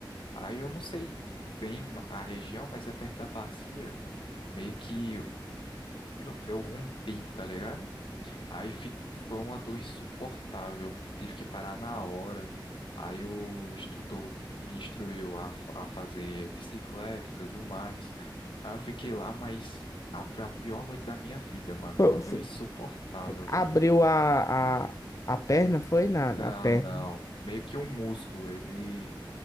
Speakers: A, on the left; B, on the left.
A: Aí eu não sei bem a região, mas é perto da bacia. Meio que não, eu rompi, tá ligado? Aí fi- foi uma dor insuportável. Tive que parar na hora. Aí o instrutor me instruiu a, fa- a fazer bicicleta e tudo mais. Aí eu fiquei lá, mas ah, foi a pior noite da minha vida, mano.
B: Foi-
A: Uma dor
B: foi-
A: insuportável, velho.
B: Abriu a, a, a perna, foi na, na
A: Não,
B: perna.
A: não. Meio que um músculo, ele